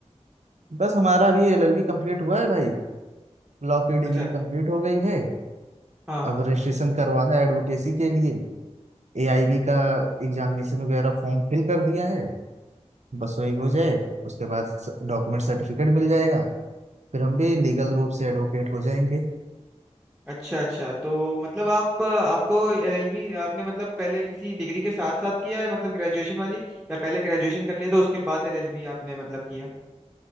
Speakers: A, on the right; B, in the centre.
A: बस हमारा भी एलएलबी कंप्लीट हुआ है भाई लॉ की डिग्री
B: अच्छा
A: कंप्लीट हो गई है
B: हाँ हाँ
A: अब रजिस्ट्रेशन करवाना है एडवोकेसी के लिए एआईबी का एग्जामिनेशन वगैरह फॉर्म फिल कर दिया है बस वही हो जाए उसके बाद डॉक्यूमेंट सर्टिफिकेट मिल जाएगा फिर हम भी लीगल रूप से एडवोकेट हो जाएंगे
B: अच्छा अच्छा तो मतलब आप आपको एलएलबी आपने मतलब पहले किसी डिग्री के साथ साथ किया है मतलब ग्रेजुएशन वाली या पहले ग्रेजुएशन कर लिया तो उसके बाद एलएलबी आपने मतलब किया